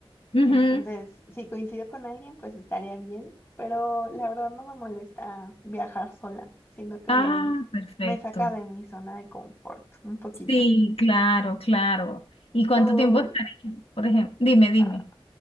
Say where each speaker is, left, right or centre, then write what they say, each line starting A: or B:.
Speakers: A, on the left; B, on the left.
A: Ujú.
B: Entonces, si coincido con alguien, pues estaría bien, pero la verdad no me molesta viajar sola, siento que
A: Ah, perfecto.
B: me saca de mi zona de confort un poquito.
A: Sí, claro, claro. ¿Y cuánto
B: Tú,
A: tiempo estaría? Por ejemplo, dime, dime.
B: ah,